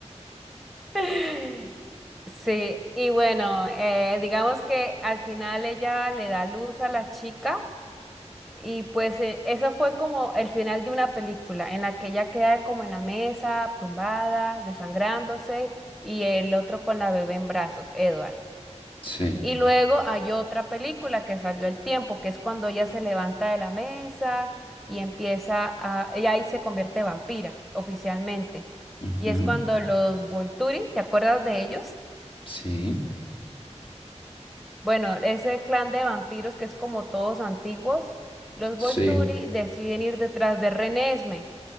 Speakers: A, in the centre; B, on the left.
A: <laughs> Sí, y bueno, eh, digamos que al final ella le da luz a la chica y pues eh, eso fue como el final de una película en la que ella queda como en la mesa, tumbada, desangrándose y el otro con la bebé en brazos, Edward.
B: Sí.
A: Y luego hay otra película que salió al tiempo, que es cuando ella se levanta de la mesa y empieza a, ella ahí se convierte vampira oficialmente.
B: ujú,
A: Y es cuando los Volturi, ¿te acuerdas de ellos?
B: Sí.
A: Bueno, ese clan de vampiros que es como todos antiguos, los
B: Sí,
A: Volturi deciden ir detrás de Renesme,